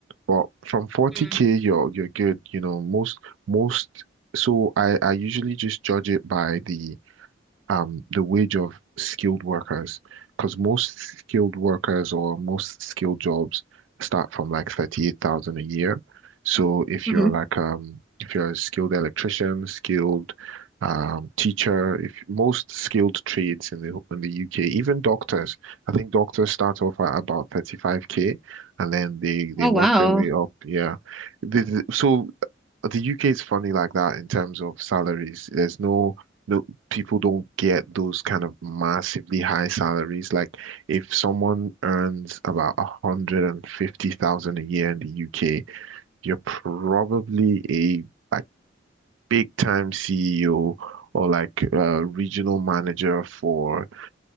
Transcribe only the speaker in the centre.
mm.
hmm
Oh
wow.